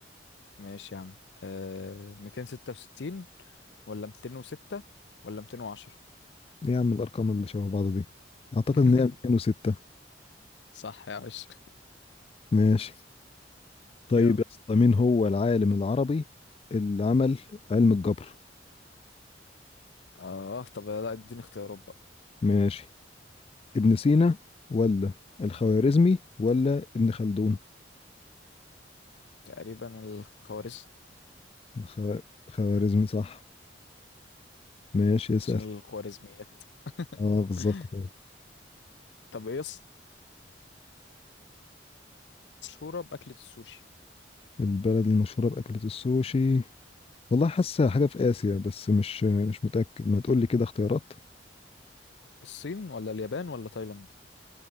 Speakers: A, on the left; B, on the left.
A: ماشي يا عم أه... 266 ولا 206 ولا 210
B: ايه يا عم الارقام اللي شبه بعض دي اعتقد
A: <laughs>
B: ان هي 206
A: صح يا باشا
B: ماشي طيب
A: يلا
B: يا اسطى مين هو العالم العربي اللي عمل علم الجبر
A: اه طب لا اديني اختيارات بقى
B: ماشي ابن سينا ولا الخوارزمي ولا ابن خلدون
A: تقريبا الخوارزمي
B: الخ... خوارزمي صح ماشي اسأل
A: عشان الخوارزميات
B: اه بالظبط
A: <laughs>
B: كده
A: طب ايه الص- مشهورة بأكلة السوشي
B: البلد المشهورة بأكلة السوشي والله حاسة حاجة في آسيا بس مش مش متأكد ما تقولي كده اختيارات
A: الصين ولا اليابان ولا تايلاند